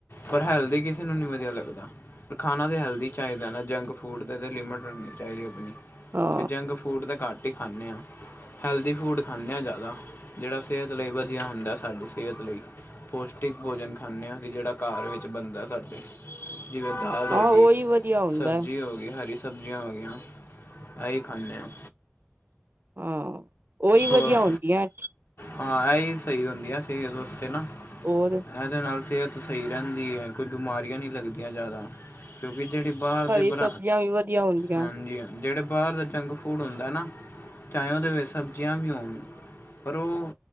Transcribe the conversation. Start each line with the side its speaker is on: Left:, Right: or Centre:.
Left: ਪਰ ਹੈਲਦੀ ਕਿਸੇ ਨੂੰ ਨਹੀਂ ਵਧੀਆ ਲੱਗਦਾ। ਖਾਣਾ ਦੇ ਹੈਲਦੀ ਚਾਹੀਦਾ ਨਾ ਜੰਕ ਫੂਡ ਦੇ ਤਾਂ ਲਿਮਿਟ ਰੱਖਣੀ ਚਾਹੀਦੀ ਆਪਣੀ
Right: ਹਾਂ
Left: ਅਤੇ ਜੰਕ ਫੂਡ ਦੇ ਘੱਟ। ਰੋਟੀ ਖਾਂਦੇ ਹਾਂ ਹੈਲਦੀ ਫੂਡ ਖਾਂਦੇ ਹਾਂ ਜ਼ਿਆਦਾ ਜਿਹੜਾ ਸਿਹਤ ਲਈ ਵਧੀਆ ਹੁੰਦਾ। ਸਾਡੀ ਸਿਹਤ ਲਈ ਪੌਸ਼ਟਿਕ ਭੋਜਨ ਖਾਂਦੇ ਹਾਂ ਅਸੀਂ ਜਿਹੜਾ ਘਰ ਵਿੱਚ ਬਣਦਾ ਸਾਡੇ। ਜਿਵੇਂ ਦਾਲ ਹੋ
Right: ਆਹ
Left: ਗਈ
Right: ਉਹੀ ਵਧੀਆ ਹੁੰਦਾ
Left: ਸਬਜ਼ੀ ਹੋ ਗਈ ਹਰੀ ਸਬਜ਼ੀਆਂ ਹੋਈਆਂ ਆਹੀ ਖਾਂਦੇ ਹਾਂ।
Right: ਹਾਂ ਉਹ ਹੀ
Left: ਹੋਰ
Right: ਵਧੀਆ ਹੁੰਦਿਆਂ।
Left: ਹਾਂ ਇਹੀ ਸਹੀ ਹੁੰਦੀਆਂ ਸੀ ਇਸ ਵਾਸਤੇ ਨਾ।
Right: ਹੋਰ।
Left: ਇਹਦੇ ਨਾਲ ਸਿਹਤ ਸਹੀ ਰਹਿੰਦੀ ਹੈ ਕੋਈ ਬਿਮਾਰੀਆਂ ਨਹੀਂ ਲੱਗਦੀਆਂ ਜ਼ਿਆਦਾ। ਕਿਉਂਕਿ ਜਿਹੜੇ ਬਾਹਰ ਦੇ
Right: ਹਰੀ
Left: ਬ
Right: ਸਬਜ਼ੀਆਂ ਵੀ ਵਧੀਆ ਹੁੰਦੀਆਂ।
Left: ਹਾਂਜੀ ਹਾਂ ਜਿਹੜੇ ਬਾਹਰ ਦਾ ਜੰਕ ਫੂਡ ਹੁੰਦਾ ਨਾ ਚਾਹ ਉਹਦੇ ਵਿੱਚ ਸਬਜ਼ੀਆਂ ਵੀ ਹੋਣ ਪਰ ਉਹ